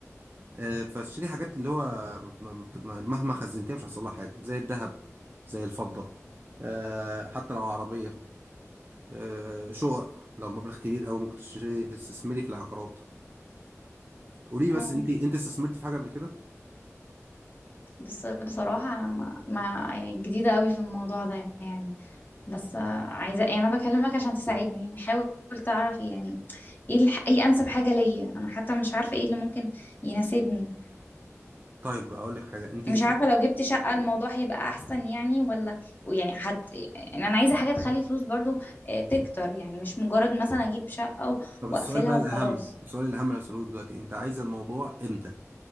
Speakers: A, on the right; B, on the left.
A: آه، فاشتري حاجات اللي هو م- م- مهما خزنتيها مش هيحصل لها حاجه زي الذهب زي الفضه آه، حتى لو عربيه آه، شقق لو مبلغ كبير قوي ممكن تشتري تستثمري في العقارات قولي لي بس
B: اه
A: انت انت استثمرتي في حاجه قبل كده
B: بس بصراحة انا ما, ما يعني جديدة قوي في الموضوع ده يعني بس آه، عايزة يعني أنا بكلمك عشان تساعدني يعني حاول تعرف يعني ايه الح... ايه أنسب حاجة ليا أنا حتى مش عارفة ايه اللي ممكن يناسبني
A: طيب اقول لك حاجه انت
B: مش
A: شو...
B: عارفة لو جبت شقة الموضوع هيبقى أحسن يعني ولا يعني حت... يعني أنا عايزة حاجة تخلي فلوس برضو آه، تكتر يعني مش مجرد مثلا أجيب شقة و-
A: طب
B: وأقفلها
A: السؤال بقى الاهم
B: وخلاص
A: السؤال الاهم اللي هسألهولك دلوقتي انت عايزه الموضوع امتى